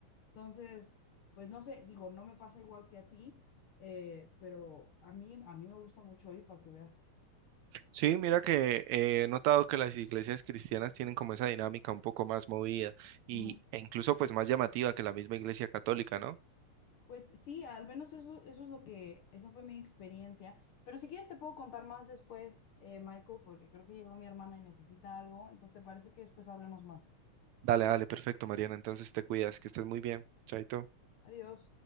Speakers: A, on the left; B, on the right.
A: Entonces, pues no sé, digo, no me pasa igual que a ti, eh, pero a mí, a mí me gusta mucho ir para que veas.
B: Sí, mira que eh, he notado que las iglesias cristianas tienen como esa dinámica un poco más movida y,
A: Ujú.
B: e incluso pues más llamativa que la misma iglesia católica, ¿no?
A: Pues sí, al menos eso, eso es lo que, esa fue mi experiencia. Pero si quieres te puedo contar más después, eh, Michael, porque creo que llegó mi hermana y necesita algo. Entonces, ¿te parece que después hablemos más?
B: Dale, dale, perfecto, Mariana. Entonces te cuidas, que estés muy bien. Chaito.
A: Adiós.